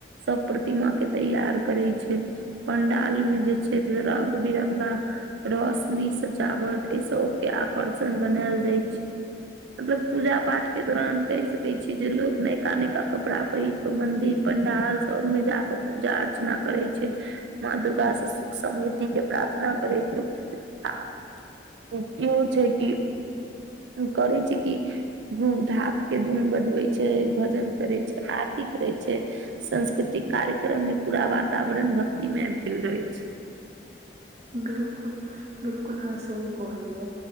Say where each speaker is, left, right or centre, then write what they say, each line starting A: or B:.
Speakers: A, on the right (about 85°); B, on the right (about 40°).
A: सभ प्रतिमा के तैयार करे छै, पंडाल में जे छै जे रंग बिरंगा रोशनी सजावट एहि सबके आकर्षण बनायल जाय छै, मतलब पूजा पाठ के दौरान कहि सके छी जे लोग नयका -नयका कपड़ा पहिर क मंदिर पंडाल सब में जाके पूजा अर्चना करे छै माँ दुर्गा से सु। समृद्धि के प्रार्थना करै छै आ इ इहो छै की इ करे छै कि <unintelligible> ढाक के दुनु बजबै छै, भजन करे छै, आरती करे छै, संस्कृतिक कार्यक्रम मे पूरा वातावरण भक्तिमय भेल रहे छै।
B: बिलकुल -बिलकुल ह सही कहलिये।